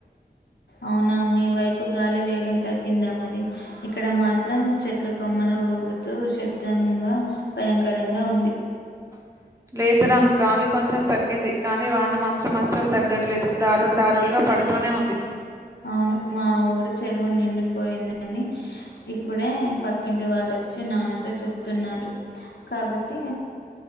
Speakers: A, on the left; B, on the right.
A: అవునా మీ వైపు గాలి వేగ గం తగ్గిందా మరి ఇక్కడ మాత్రం చెట్లు కొమ్మలు ఊగుతూ శబ్దంగా భయంకరంగా ఉంది
B: ఆ లేదురా గాలి కొంచెం తగ్గింది కానీ వాన మాత్రం అస్సలు తగ్గట్లేదు దారాలు దారాలుగా పడుతూనే ఉంది
A: అవును మా ఊరి చెరువు నిండిపోయిందని ఇప్పుడే పక్కింటి వాళ్ళు వచ్చి నాన్నతో చెప్తున్నారు కాబట్టి